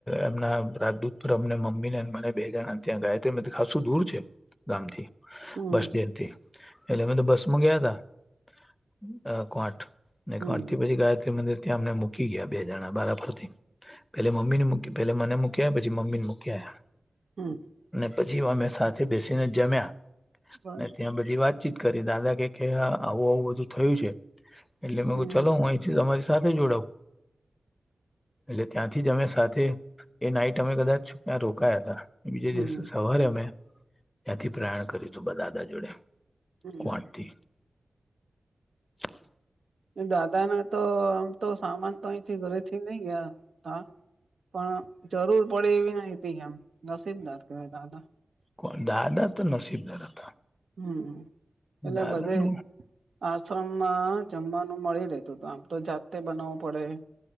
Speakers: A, on the left; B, on the right.
A: એમના રાજદૂત પર અમને મમ્મી ને મને બે જ ત્યાં ગયા ત્યાં ખાસું દૂર છે, ગામ થી
B: હમ
A: બસ સ્ટેન્ડથી એટલે મેમે તો બસમાં ગયા તા કઠ અને
B: હમ
A: આથી પછી ગાયત્રી મંદિર ત્યાં અમને મૂકી ગયા બે જણા બરાબરથી પેલે મમ્મી ને મુકી પલા મને મૂક્યા પછી મમ્મીને મૂકી આવ્યા.
B: હમ
A: પછી અમે સાથે બેસીને જમ્યા
B: બરાબર
A: ને ત્યાં બધી વાત વાતચીત કરી દાદા કે આવું આવું બધું થયું છે એટલે મે
B: હમ
A: ચલો હું અહીથી તમારી સાથે જોડાવ. એટલે ત્યાંથી જ અમે સાથે એ નાઈટ અમે કદાચ ત્યાં રોકાયા હતા. બીજે
B: હમ
A: દિવસ સવારે અમે ત્યાંથી પ્રયાણ કર્યું હતું, દાદા જોડે.
B: હું, હું.
A: કોણથી <unintelligible> <inaudible>
B: દાદાને તો આમ તો સામાન તો અહીંથી ઘરેથી નહી ગયા તા પણ જરૂર પડે એવી ન હતી એમ નસીબદાર કહેવાય દાદા
A: કોણ દાદા તો નસીબદાર દાદા હતા.
B: હું એટલે
A: દાદા
B: બધે
A: ન
B: આશ્રમમાં જમવાનું મળી રહેેતું આમ તો જાતે બનાવવું પડે.